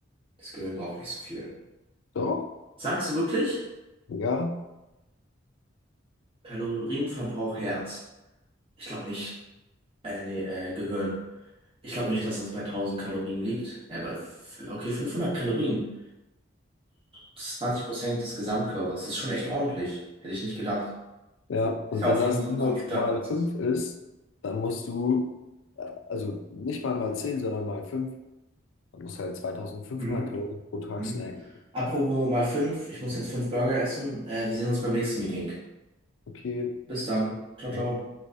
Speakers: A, on the right; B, on the left.
A: Das Gehirn braucht nicht so viel.
B: doch,
A: Sagst du wirklich?
B: ja.
A: Kalorienverbrauch Herz. Ich glaube nicht. Äh, nee, äh, Gehirn. Ich glaube nicht, dass das bei 1000 Kalorien liegt. Äh, bei, f- okay, 500 Kalorien. Das ist 20% des Gesamtkörpers. Das ist schon echt ordentlich. Hätte ich nicht gedacht.
B: Ja,
A: Ist
B: und
A: ja
B: wenn
A: auch
B: das
A: wie so
B: dann
A: ein Computerprozess.
B: halt mal 5 ist, dann musst du, äh, also nicht mal mal 10 sondern mal 5 dann musst du halt 2500
A: Mhm.
B: Kalorien pro Tag
A: Mhm.
B: snacken.
A: Apropos mal 5. Ich muss jetzt 5 Burger essen. Äh, wir sehen uns beim nächsten Meeting.
B: Okay,
A: Bis dann. Ciao, ciao.
B: äh,